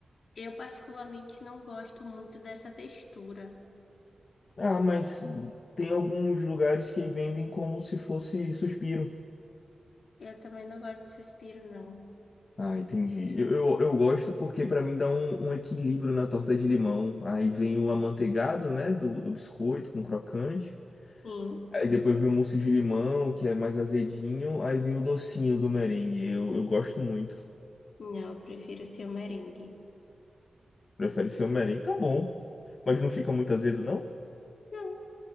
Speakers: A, on the left; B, on the left.
A: Eu particularmente não gosto muito dessa textura.
B: Ah, mas tem alguns lugares que vendem como se fosse suspiro.
A: Eu também não gosto de suspiro, não.
B: Ah, entendi. Eu, eu, eu gosto porque pra mim dá um, um equilíbrio na torta de limão. Aí vem o amanteigado, né, do, do biscoito com crocante.
A: Sim,
B: Aí depois vem o mousse de limão, que é mais azedinho. Aí vem o docinho do merengue. Eu, eu gosto muito.
A: não, eu prefiro ser o merengue.
B: Prefere ser Homem-Aranha? Tá bom. Mas não fica muito azedo, não?
A: Não,